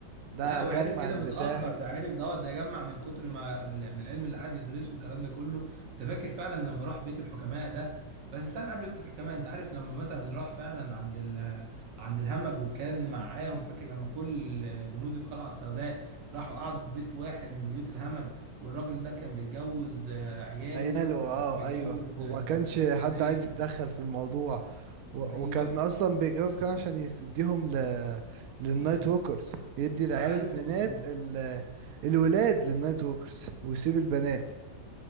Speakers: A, on the right; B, on the right.
A: ده
B: لا وعرف
A: جمع
B: كده
A: البتاع
B: متأخر ده عرف ده ده جمع من كتر ما يعني العلم اللي قعد يدرسه والكلام ده كله ده فاكر فعلا لما راح بيت الحكماء ده بس استنى قبل بيت الحكماء انت عارف لما مثلا راح فعلا عند ال عند الهمج وكان معاهم فاكر لما كل جنود القلعة السوداء راحوا قعدوا في بيت واحد من بيوت الهمج والراجل ده كان بيتجوز آه، عياله
A: عياله اه
B: بيتجوز
A: ايوه وما
B: آه،
A: كانش
B: حاجات
A: حد
B: من دي
A: عايز يتدخل في الموضوع و...
B: ايوه
A: وكان اصلا بيتجوز كان عشان يديهم ل... للنايت
B: هي دي.
A: ووكرز يدي العيال
B: ايوه
A: البنات
B: مظبوط
A: ال... الولاد للنايت ووكرز ويسيب البنات